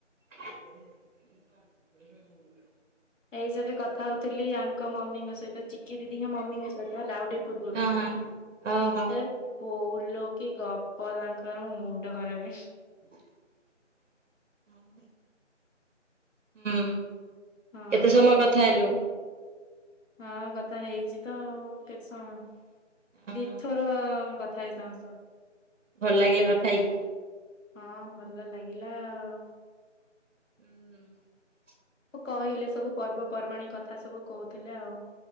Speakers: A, on the right; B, on the left.
A: <inaudible>
B: ଏଇ ସହିତ କଥା ହଉଥିଲି ଆଙ୍କ ମମିଙ୍କ ସହିତ ଚି କି ଦିଦି ମମିଙ୍କ ସହିତ ହେଲା ଆଉ ଟିକେ ପର୍ବରୁ
A: ହଁ ହଁ ଓହୋ
B: ଏ ବୋଉ ଲୋ କି ଗପ ତାଙ୍କର ମୁଣ୍ଡ ଖରାପ।
A: <inaudible> ହଁ <inaudible> ହୁଁ।
B: ହଁ
A: କେତେ ସମୟ କଥା ହେଲୁ?
B: ହଁ କଥା ହେଇଛି। ତ ଆଉ କେତେ ସମୟ
A: ଅହ
B: ଦିଥର କଥା ହେଇ ସମସ୍ତ
A: ଭଲ ଲାଗିଲା କଥା ହେଇକି।
B: ହଁ ଭଲ ଲାଗିଲା ଆଉ।
A: ହୁଁ <inaudible>
B: କହିଲେ ସବୁ ପର୍ବପର୍ବାଣୀ କଥା। କଥା ସବୁ କହୁଥିଲେ ଆଉ।